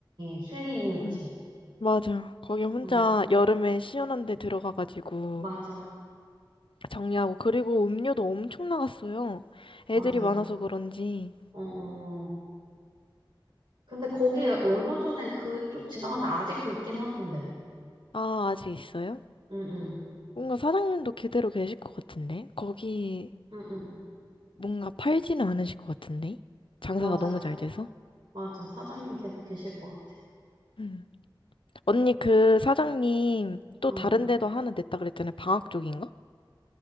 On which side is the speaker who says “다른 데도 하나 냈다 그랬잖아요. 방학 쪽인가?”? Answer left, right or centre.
Left